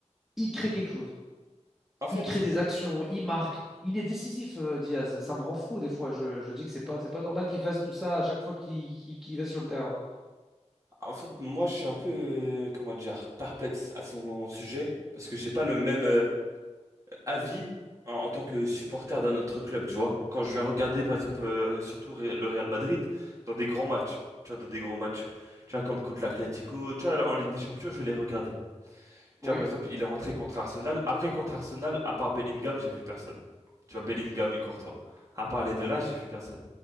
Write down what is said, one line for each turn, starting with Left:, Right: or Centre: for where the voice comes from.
Centre: il crée quelque chose.
Right: En fait,
Centre: Il crée des actions, il marque. Il est décisif, euh, Diaz. Ça me rend fou des fois. Je, je dis que c'est pas, c'est pas normal qu'il fasse tout ça à chaque fois qu'il qu'il qu'il va sur le terrain.
Right: en fait, moi, je suis un peu, euh, comment dire, perplexe à son sujet parce que j'ai pas le même euh, avis en, en tant que supporter d'un autre club, tu vois. Quand je vais regarder, par exemple, euh, surtout Ré- le Real Madrid dans des grands matchs, tu vois, dans des gros matchs, tu vois, comme contre
Centre: Oui.
Right: l'Atlético, tu vois, en Ligue des Champions, je vais les regarder.
Centre: Oui.
Right: Tu vois, par exemple, il est rentré contre Arsenal. Après, contre Arsenal, à part Bellingham, j'ai vu personne. Tu vois, Bellingham et Courtois. À part les deux là, j'ai vu personne.